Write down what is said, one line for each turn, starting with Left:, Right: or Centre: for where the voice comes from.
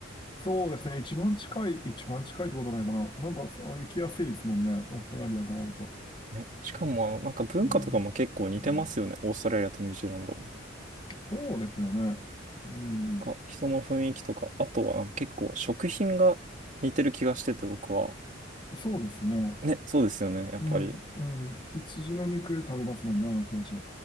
Left: そうですね。一番近い、一番近いってことないかな。なんか、そう行きやすいですもんね。オーストラリアからだと。
Right: ね、しかも、なんか文化とかも結構似てますよね。
Left: うん、うん
Right: オーストラリアとニュージーランド
Left: そうですよね。うん。
Right: が。人の雰囲気とか、あとは結構食品が似てる気がしてて、僕は。
Left: そうですね。
Right: ね、そうですよね。やっぱり。
Left: うん、うん。羊の肉食べますもんな、毎日。